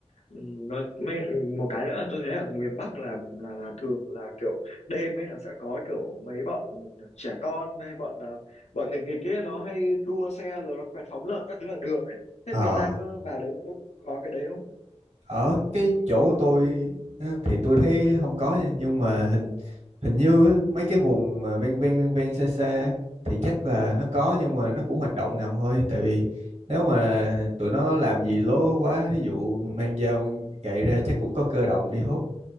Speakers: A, on the left; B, on the right.
A: Ừ, nó mấy ừ, một cái nữa tôi thấy ở miền Bắc là là là thường là kiểu đêm ấy là sẽ có kiểu mấy bọn trẻ con hay bọn à, bọn nghịch nghịch ấy nó hay đua xe rồi nó quẹt phóng lợn các thứ ở đường ấy thế
B: à
A: miền Nam cứ vào đấy nó cũng có cái đấy không
B: ở cái chỗ tôi á, thì tôi thấy không có nha nhưng mà hình hình như á, mấy cái vùng mà ven ven ven ven xa xa á, thì chắc là nó có nhưng mà nó cũng hoạt động ngầm thôi tại vì nếu mà tụi nó làm gì lố quá ví dụ mang dao mang gậy ra chắc cũng có cơ động đi hốt